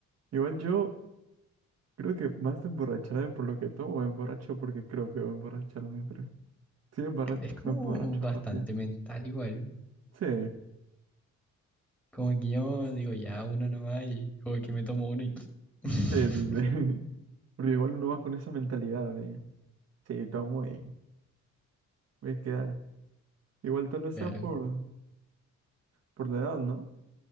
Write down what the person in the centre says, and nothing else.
Es como
bastante
mental igual.
Como que yo digo, ya, uno nomás y como que me tomo uno y... <laughs>
Claro,